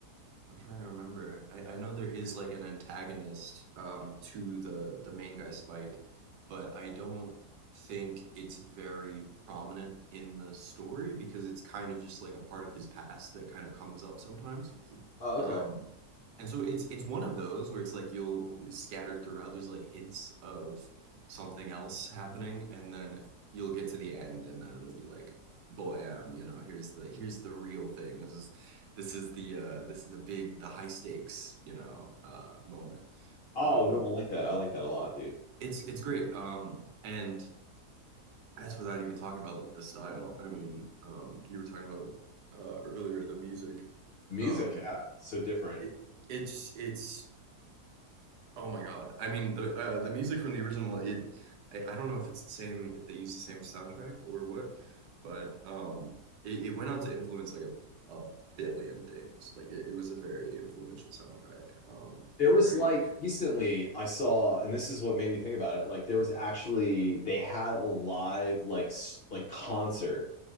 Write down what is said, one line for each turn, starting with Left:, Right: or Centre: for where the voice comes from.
Right: I'm trying to remember. I, I know there is like an antagonist um to the the main guy Spike, but I don't think it's very prominent in the story because it's kind of just like a part of his past that kind of comes up sometimes.
Left: Oh,
Right: Um,
Left: okay.
Right: And so it's it's one of those where it's like you'll scattered throughout, there's like hints of something else happening, and then you'll get to the end, and then it'll be like, "Blam, you know, here's the here's the real thing. This is this is the uh this is the big, the high stakes, you know, uh moment."
Left: Oh
Right: Um
Left: no, I like that. I like that a lot, dude.
Right: it's it's great. Um and that's without even talking about like the style. I mean, um you were talking about uh earlier the music.
Left: The music,
Right: Um
Left: yeah, so different.
Right: it it's it's Oh my God. I mean, the uh, the music from the original, it I, I don't know if it's the same, if they use the same soundtrack or what, but um it, it went on to influence like a, a billion things. Like it, it was a very influential soundtrack. Um
Left: There was
Right: very
Left: like recently I saw, and this is what made me think about it. Like there was actually they had a live like s- like concert